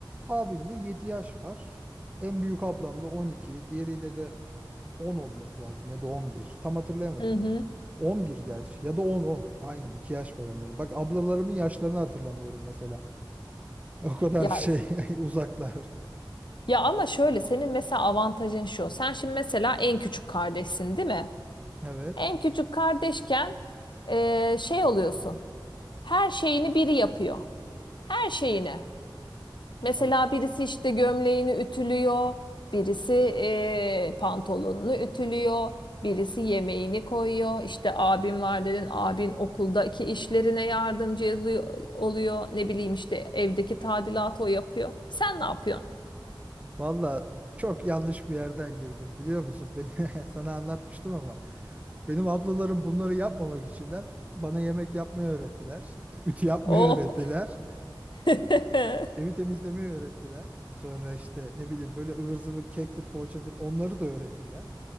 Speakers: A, on the right; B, on the left.
A: abimle 7 yaş var. En büyük ablamla 12. Diğeriyle de 10 olması lazım ya da 11. Tam hatırlayamadım.
B: Hı hı.
A: 11 gerçi ya da on on. Aynen 2 yaş var onların. Bak ablalarımın yaşlarını hatırlamıyorum mesela. <laughs> O kadar
B: Ya
A: şey <laughs> uzaklar.
B: ya ama şöyle senin mesela avantajın şu. Sen şimdi mesela en küçük kardeşsin, değil mi?
A: Evet.
B: En küçük kardeşken eee, şey oluyorsun. Her şeyini biri yapıyor. Her şeyini. Mesela
A: Al-
B: birisi işte gömleğini ütülüyor, birisi eee, pantolonunu ütülüyor, birisi yemeğini koyuyor. İşte abim var dedin, abin okuldaki işlerine yardımcı yazıyor- oluyor. Ne bileyim işte evdeki tadilatı o yapıyor. Sen ne yapıyorsun?
A: Valla çok yanlış bir yerden girdim biliyor musun? Beni <laughs> sana anlatmıştım ama benim ablalarım bunları yapmamak içinler bana yemek yapmayı öğrettiler. <laughs> Ütü yapmayı
B: Oh.
A: öğrettiler.
B: <laughs>
A: Evi temizlemeyi öğrettiler. Sonra işte ne bileyim böyle ıvır zıvır kektir poğaçadır onları da öğrettiler.